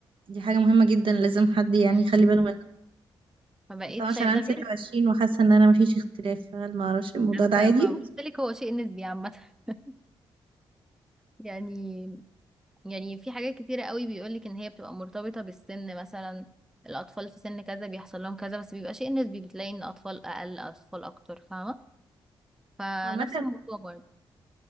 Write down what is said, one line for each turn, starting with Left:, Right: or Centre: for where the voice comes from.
Right: دي حاجة مهمة جدا لازم حد يعني
Centre: مم.
Right: يخلي باله
Centre: فبقيت
Right: بس أنا عشان
Centre: شايف
Right: عندي
Centre: ده
Right: 26
Centre: غير
Right: وحاسة ان انا مفيش اختلاف فهل معرفش الموضوع
Centre: بس
Right: ده عادي
Centre: ما قلت لك هو شيء نسبي عامة <laughs> يعني يعني في حاجات كتيرة قوي بيقولك ان هي بتبقى مرتبطة بالسن مثلا الاطفال في سن كذا بيحصل لهم كذا بس بيبقى شيء نسبي بتلاقي ان اطفال اقل اطفال اكتر فاهمة فنفس
Right: وعامة
Centre: الموضوع برضه